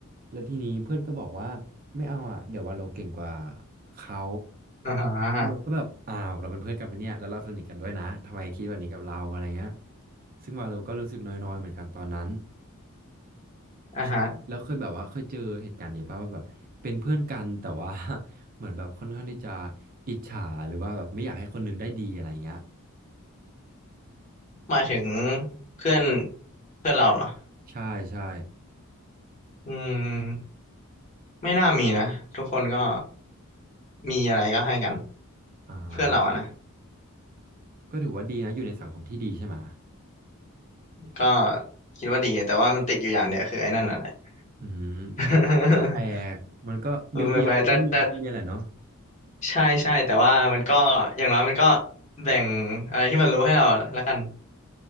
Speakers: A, on the right; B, on the left.
A: แล้วทีนี้เพื่อนก็บอกว่าไม่เอาอ่ะเดี๋ยววาโลเก่งกว่าเขา
B: อ่าฮะ
A: โเราก็แบบอ้าวเราเป็นเพื่อนกันไปะเนี่ยแล้วเราสนิทกันด้วยนะทำไมคิดแบบนี้กับเราอะไรเงี้ยซึ่งวาโลก็รู้สึกน้อยๆเหมือนกันตอนนั้น
B: อ่าฮะ
A: แล้วแล้วเคยแบบว่าเคยเจอเหตุการณ์นี้ป่ะว่าแบบเป็นเพื่อนกันแต่ว่า <laughs> เหมือนแบบค่อนข้างที่จะอิจฉาหรือว่าแบบไม่อยากให้คนหนึงได้ดีอะไรเงี้ย
B: หมายถึงเพื่อนเพื่อนเราเหรอ
A: ใช่ใช่
B: อืมไม่น่ามีนะทุกคนก็ มีอะไรก็ให้กัน
A: อ่า
B: เพื่อนเราอะนะ
A: ก็ถือว่าดีนะอยู่ในสังคมที่ดีใช่ไหม
B: ก็คิดว่าดีแต่ว่ามันติดอยู่อย่างเดียวคือไอ้นั่นน่ะแหละ
A: อืมก็
B: <laughs>
A: แปลกมันก็เบียวเบียวก็มีทุกโรงเรียนแหละเนาะ
B: มันแบบแต่แต่ใช่ใช่แต่ว่ามันก็อย่างน้อยมันก็แบ่งอะไรที่มันรู้ให้เราแล้วกัน